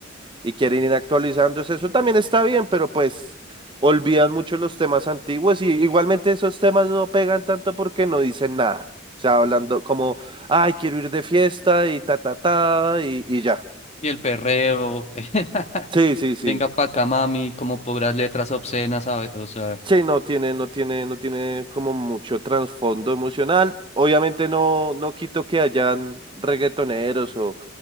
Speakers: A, on the right; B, on the left.
A: y quieren ir actualizándose. Eso también está bien, pero pues olvidan mucho los temas antiguos y igualmente esos temas no pegan tanto porque no dicen nada. O sea, hablando como, ay, quiero ir de fiesta y ta, ta, ta, y, y ya.
B: Y el perreo, <laughs>
A: Sí, sí, sí.
B: venga pa' acá, mami, como puras letras obscenas, a ve- O sea,
A: Sí, no tiene, no tiene, no tiene como mucho trasfondo emocional. Obviamente no, no quito que hayan reggaetoneros o,